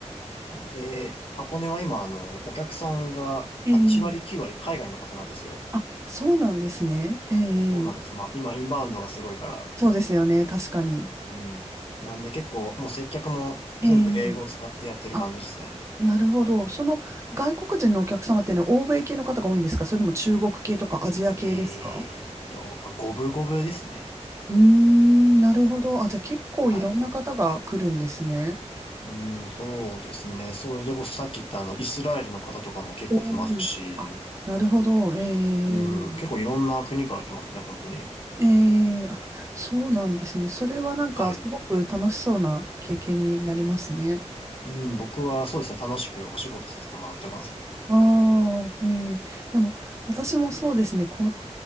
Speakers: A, on the left; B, on the right.
A: で、箱根は今、あの、お客さんが8割、
B: ええ
A: 9割海外の方なんですよ。
B: あ、そうなんですね。え
A: そうなんですよ。
B: え
A: まあ、今、インバウンドがすごいから。
B: そうですよね。確かに。
A: うん。なんで結構、もう接客も全部英語を使ってやってる感じですね。
B: ええあ、なるほど。その外国人のお客様っていうのは欧米系の方が多いんですかそれとも中国系とかアジア系ですか
A: えーっと、まあ五分五分ですね。
B: うーん、なるほど。あ、じゃあ結構いろんな方が来るんですね。
A: はい。うん、そうですね。それでこそさっき言ったあの、イスラエルの方とかも結構来ますし、
B: うん。あ、なるほど。え
A: うん、
B: ー、
A: 結構いろんな国から来ますね、本当に。
B: えー、あ、そうなんですね。それはなんかすごく楽しそうな経験になりますね。
A: はい。うん、僕はそうですね、楽しくお仕事させてもらってます。
B: ああ、ええ。でも私もそうですね。こっ